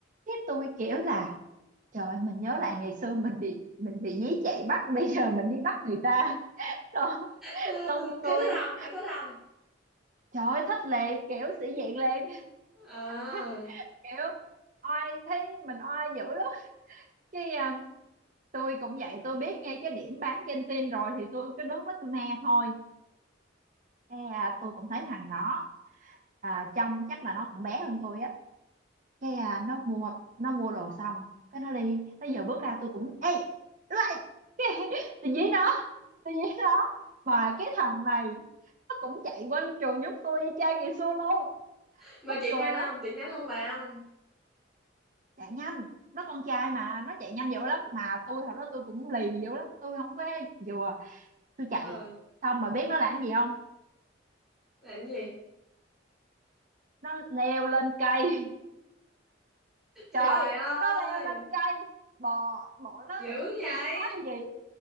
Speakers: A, on the right (about 45°); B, in the centre.
A: cái tôi kiểu là Trời ơi, mình nhớ lại ngày xưa mình bị mình bị dí chạy bắt bây giờ mình đi bắt người ta đó
B: Ừ,
A: xong
B: thấy
A: tôi
B: thích không thấy thích không
A: trời ơi, thích lệ kiểu sĩ diện lên
B: à,
A: <laughs> kiểu oai thấy mình oai dữ lắm cái à, tôi cũng vậy tôi biết ngay cái điểm bán trên tin rồi thì tôi cứ đứng đó tôi me thôi cái à, tôi cũng thấy thằng đó à, trông chắc là nó cũng bé hơn tôi á cái à, nó mua nó mua đồ xong cái nó đi nó giờ bước ra tôi cũng ê lại cái, <laughs> tôi dí nó tôi dí nó mà cái thằng này nó cũng chạy quanh trường giống tôi y chang ngày xưa luôn
B: mà
A: mắc
B: chị nhanh
A: cười
B: không
A: lắm
B: chị nhanh không bà không
A: chạy nhanh nó con trai mà nó chạy nhanh dữ lắm mà tôi hồi đó tôi cũng lì dữ lắm tôi không có vừa tôi chạy
B: ờ
A: xong mà biết nó làm gì không
B: làm cái gì
A: nó leo lên cây <laughs> trời
B: trời ơi
A: nó leo lên cây bò bò nó
B: dữ
A: nghĩ tôi
B: vậy
A: ngán nó là gì